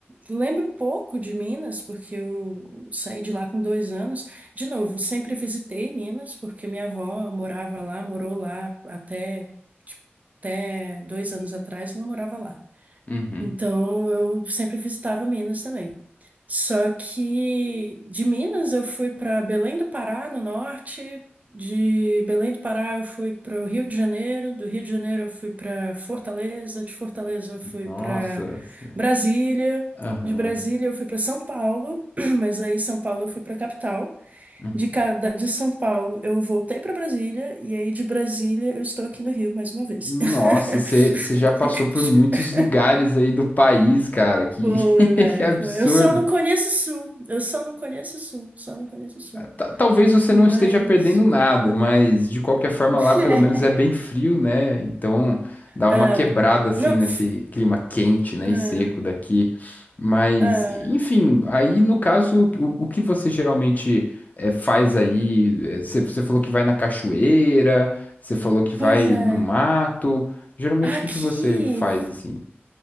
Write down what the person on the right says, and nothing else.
lembro pouco de Minas, porque eu saí de lá com dois anos. De novo, sempre visitei Minas, porque minha avó morava lá, morou lá até, tipo, até dois anos atrás, ela morava lá.
Então eu sempre visitava Minas também. Só que de Minas eu fui para Belém do Pará, no norte. De Belém do Pará eu fui para o Rio de Janeiro, do Rio de Janeiro eu fui para Fortaleza, de Fortaleza eu fui
para
Brasília,
de Brasília eu fui para São Paulo, <clears throat> mas aí São Paulo eu fui para a capital.
De, ca- da- de São Paulo eu voltei para Brasília e aí de Brasília eu estou aqui no Rio mais uma vez.
<laughs>
Foi,
velho,
foi. Eu só não conheço o Sul. Eu só não conheço o Sul. Só não conheço o Sul.
Mas.
<laughs>
É.
Não.
f-
É.
É.
Pois é.
Aqui.